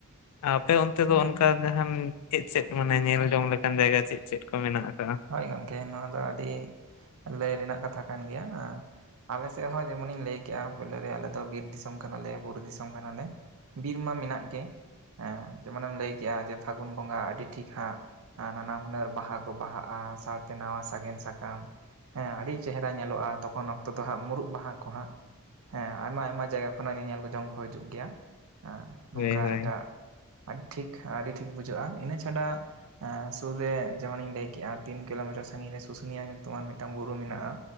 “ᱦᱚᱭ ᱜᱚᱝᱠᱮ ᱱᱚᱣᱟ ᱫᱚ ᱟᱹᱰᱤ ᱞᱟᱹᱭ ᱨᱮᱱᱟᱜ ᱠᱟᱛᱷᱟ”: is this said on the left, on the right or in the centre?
Right